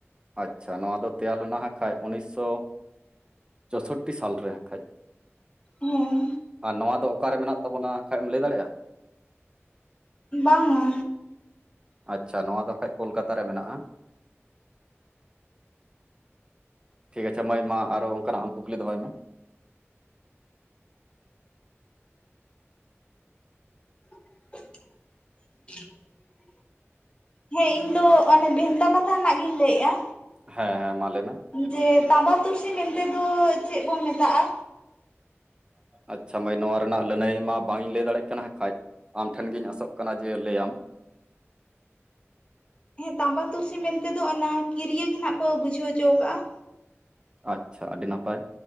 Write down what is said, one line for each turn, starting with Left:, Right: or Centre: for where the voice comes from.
Right: ᱟᱪᱪᱷᱟ ᱱᱚᱣᱟ ᱫᱚ ᱛᱮᱭᱟᱨ ᱞᱮᱱᱟ ᱦᱟᱸᱜ ᱠᱷᱟᱡ ᱩᱱᱤᱥᱥᱚ ᱪᱳᱥᱳᱴᱴᱤ ᱥᱟᱞᱨᱮ ᱦᱟᱸᱜ ᱠᱷᱟᱡ
Left: ᱦᱮᱸ
Right: ᱟᱨ ᱱᱚᱣᱟ ᱫᱚ ᱚᱠᱟᱨᱮ ᱢᱮᱱᱟᱜ ᱛᱟᱵᱚᱱᱟ? ᱠᱷᱟᱡ ᱨᱢ ᱞᱟᱹᱭ ᱫᱟᱲᱮᱭᱟᱜᱼᱟ?
Left: ᱵᱟᱝᱟ᱾
Right: ᱟᱪᱪᱷᱟ ᱱᱚᱣᱟ ᱫᱚ ᱦᱟᱜ ᱠᱷᱚᱡᱽ ᱠᱳᱞᱠᱟᱛᱟ ᱨᱮ ᱢᱮᱱᱟᱜᱼᱟ᱾ ᱴᱷᱤᱠ ᱟᱪᱷᱮ ᱢᱟᱹᱭ ᱢᱟ ᱟᱨᱟ ᱚᱱᱠᱟ ᱱᱟᱜ ᱠᱩᱠᱞᱤ ᱫᱚᱦᱚᱭ ᱢᱮ᱾
Left: <inaudible> ᱦᱮᱸ ᱤᱧ ᱫᱚ ᱚᱱᱮ ᱵᱷᱮᱱᱛᱟ ᱠᱟᱛᱷᱟ ᱨᱮᱱᱟᱜ ᱜᱤᱧ ᱞᱟᱹᱭᱮᱜᱼᱟ᱾
Right: ᱦᱮᱸ ᱦᱮᱸ ᱢᱟ ᱞᱟᱹᱭ ᱢᱮ᱾
Left: ᱡᱮ ᱛᱟᱸᱵᱟ ᱛᱩᱨᱥᱤ ᱢᱮᱱᱛᱮ ᱫᱚ ᱪᱮᱫ ᱵᱚᱱ ᱢᱮᱛᱟᱜᱼᱟ?
Right: ᱟᱪᱪᱷᱟ ᱢᱟᱹᱭ ᱱᱚᱣᱟ ᱨᱮᱱᱟᱜ ᱞᱟᱹᱱᱟᱹᱭ ᱢᱟ ᱵᱟᱝ ᱤᱧ ᱞᱟᱹᱭ ᱫᱟᱲᱮᱭᱟᱜ ᱠᱟᱱᱟ ᱦᱟᱸᱜ ᱠᱷᱟᱡ᱾ ᱟᱢ ᱴᱷᱮᱱ ᱜᱮᱧ ᱟᱥᱚᱜ ᱠᱟᱱᱟ ᱡᱮ ᱞᱟᱹᱭᱟᱢ᱾
Left: ᱦᱮᱸ ᱛᱟᱢᱵᱟ ᱛᱩᱨᱥᱤ ᱢᱮᱱᱛᱮ ᱫᱚ ᱚᱱᱟ ᱠᱤᱨᱭᱟᱹ ᱜᱮ ᱱᱟᱜ ᱠᱚ ᱵᱩᱡᱷᱟᱹᱣ ᱦᱚᱪᱚ ᱟᱠᱟᱜᱼᱟ᱾
Right: ᱟᱪᱪᱷᱟ ᱟᱹᱰᱤ ᱱᱟᱯᱟᱭ